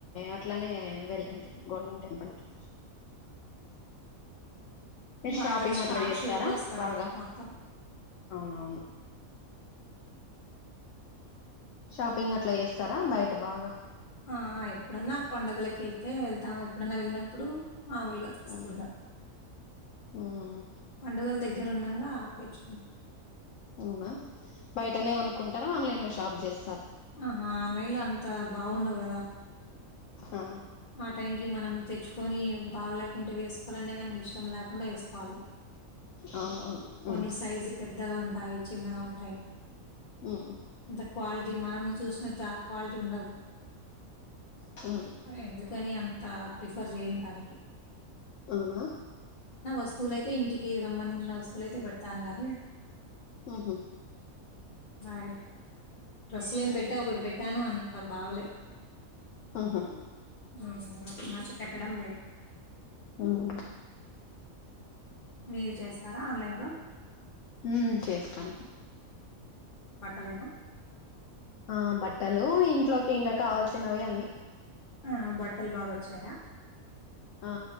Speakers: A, on the left; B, on the left.
A: అట్లానే వెళ్ళింటిమి గోల్డెన్ టెంపుల్ కి మీరు
B: బాగా
A: షాపింగ్
B: అది స్టార్
A: అట్లా చేస్తారా
B: షేప్ లో వస్తది
A: బాగా
B: మొత్తం
A: అవునవును షాపింగ్ అట్లా చేస్తారా బయట బాగా
B: ఆ ఎప్పుడన్నా పండుగలక వెళ్తే వెళ్తాము ఎప్పుడన్నా వెళ్ళినప్పుడు మామలుగా తీసుకుంటాం
A: ఉమ్ ఉమ్
B: పండుగలు దగ్గర ఉండగా తెచ్చు
A: అవునా బయటనే కొనుక్కుంటారా ఆన్లైన్ లో షాప్ చేస్త
B: ఆ ఆన్లైన్ లో అంత బాగుండవు కదా
A: ఆ
B: ఆ టైం కి మనం తెచ్చుకొని బాగలేకుంటే వేసుకోవాలనే కానీ ఇష్టం లేకుండా వేసుకోవాలి
A: అవునవును
B: కొన్ని సైజు పెద్దగా ఉంటాయి చిన్నగా ఉంటాయి
A: ఉమ్
B: ఇంత క్వాలిటీ మనం చూసినట్టు ఆ క్వాలిటీ ఉండవు
A: హ
B: ఎందుకని అంత ప్రిఫర్ చేయని దానికి
A: అవునా
B: వస్తువులయితే ఇంటికి సంబంధించిన వస్తువులుయితే పెడతాను గానీ
A: ఆహా
B: మ డ్రెస్ ఇక్కలేం పెట్టా ఒకటి పెట్టాను అంత బాగలే
A: ఉహు
B: అ నచ్చితే <inaudible> పెట్టడం లేదు
A: ఉమ్
B: మీరు చేస్తారా ఆన్లైన్ లో
A: హ చేస్తాను
B: బట్టలేన
A: ఆ బట్టలు ఇంట్లోకి ఇంకా కావాల్సినవి అన్నీ
B: ఆ బట్టలు బాగా వచ్చాయా
A: ఆ